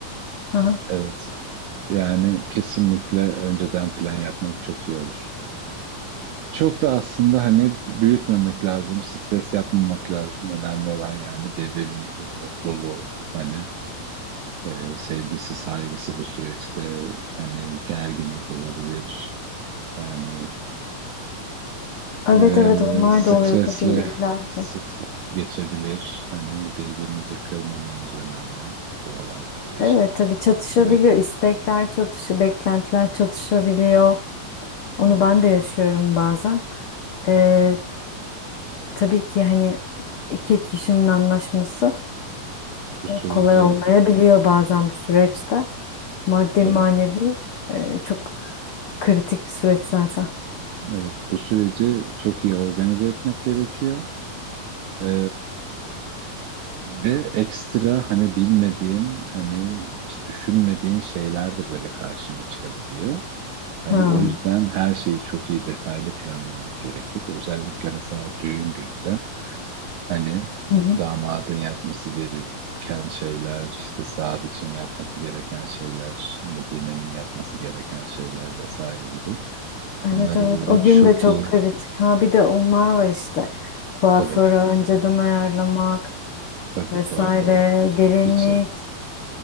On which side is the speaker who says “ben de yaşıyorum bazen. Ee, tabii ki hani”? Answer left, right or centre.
Left